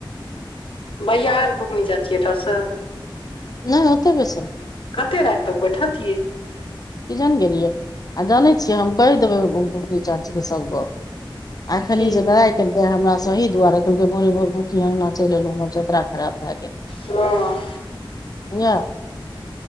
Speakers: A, on the left; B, on the left.
A: भैय आयल भुकनी चाची ऐठ स
B: नय ओतऽ बेस ने,
A: कते राइत तक बैठत ये
B: की जान गेलियै आ जानै छियै हम कैह देबै गुम चाची के सब गप एखन
A: की
B: ई जे लड़ाइ कैलके हमरा स यही दुआरे भोे भो अंगना चल एलो जतरा खराब भए गेल
A: हँ
B: अ